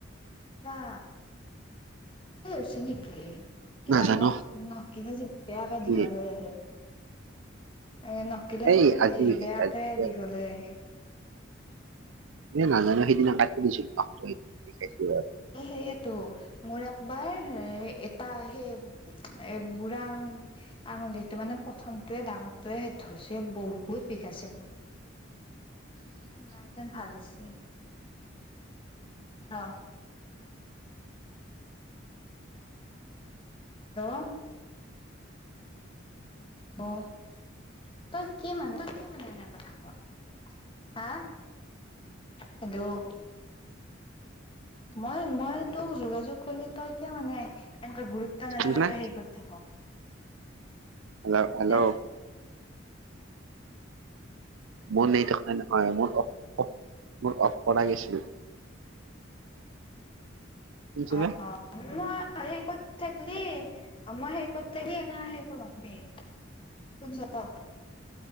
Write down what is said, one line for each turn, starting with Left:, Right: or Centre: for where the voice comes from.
Left: বা ত হৈছে নেকি। কিবা
Right: নাজানো
Left: নখ নখ কিবা যে বেয়াকে
Right: কি
Left: দীঘল হৈ আহে। এঁ নখগিলা
Right: এই
Left: যে
Right: আজি
Left: দি
Right: বিষাইছে
Left: বেয়াকে দীঘল
Right: আজি
Left: হৈ আহে।
Right: নে নাজানো সেইদিনা কাটি দিছিলো।
Left: এ সেইয়েটো। মোৰ একবাৰ এ হে এটা সেই এ বুঢ়া- আঙুলিটো মানে প্ৰথমটোৱে ডাঙৰটোৱে হৈছে বহুত বিষাইছে মোৰ। নাই তাত ভাল হৈছে। জ- হেল্লৌ' অ' তই কি মানে তই কি মানে এনে কথা কৱ? হাঁ হেল্লৌ' মই মই তোক যোগাযোগ কৰিলে তই কিয় মানে এনেকে গুৰুত্ব নেদাকে
Right: শুনিছানে
Left: তই সেই হেৰি কৈ থাক?
Right: হেল্লৌ হেল্লৌ'
Left: মই
Right: মোৰ নাই থকা নহয়, মোৰ অফ অফ মৰ অফ কৰা গেছিল। শুনিছেনে?
Left: অঁ অঁ। আমাৰ হেৰিকত থাকলে আমাৰ হেৰিকত থাকি এনে একো নকবি। <unintelligible>